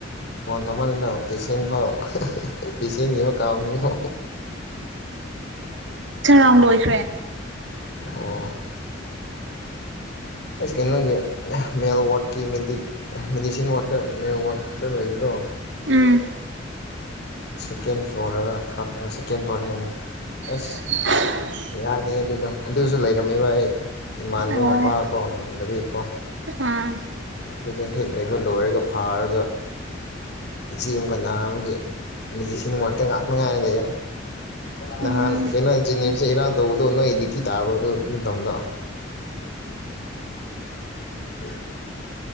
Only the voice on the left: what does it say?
ꯐꯣꯟ ꯇꯧꯃꯟꯗꯅ ꯄꯦꯁꯦꯟꯐꯥꯎ ꯂꯤꯗꯤꯁꯅꯤ ꯑꯃ ꯀꯥꯎꯅꯤꯉꯣ
ꯑꯣ ꯑꯁ ꯀꯩꯅꯣꯒꯤ ꯃꯦꯜ ꯋꯥꯠꯀꯤ ꯃꯦꯗꯤꯁꯤꯟ ꯋꯥꯠꯇ ꯃꯦꯜ ꯋꯥꯗ ꯗ ꯂꯩꯕꯗꯣ
ꯁꯦꯀꯦꯟ ꯐ꯭ꯂꯣꯔꯔꯔ ꯊꯥꯔꯗ ꯁꯦꯀꯦꯟ ꯐ꯭ꯂꯣꯔꯔ ꯑꯦꯁ
<unintelligible> ꯌꯥꯅꯤ ꯑꯗꯨꯗꯣ ꯑꯗꯨꯁꯨ ꯂꯩꯔꯝꯃꯦꯕ ꯑꯩ ꯏꯃꯟꯅꯕ
ꯃꯄꯥ ꯀꯣ ꯉꯝꯗꯕꯤꯒꯤ ꯑ <unintelligible>
ꯑꯗꯨꯗ ꯍꯦꯛ ꯂꯩꯕ ꯂꯣꯏꯔꯒ ꯐꯥꯔꯒ ꯏꯆꯦ ꯑꯃꯀ ꯅꯥꯕꯒꯤ ꯃꯦꯗꯤꯁꯤꯟ ꯋꯥꯔꯗꯇ ꯉꯥꯞꯅꯉꯥꯏ ꯂꯩ ꯅꯍꯥꯟ
ꯀꯩꯅꯣ ꯖꯤꯅꯤꯝꯁ ꯏꯔꯥꯡ ꯇꯧꯕꯗꯣ ꯅꯣꯏ ꯗ꯭ꯌꯨꯇꯤ ꯇꯥꯕ꯭ꯔꯣ ꯑꯗꯨ ꯅꯤꯡꯗꯥꯡꯗꫭ ꯎꯝ <unintelligible>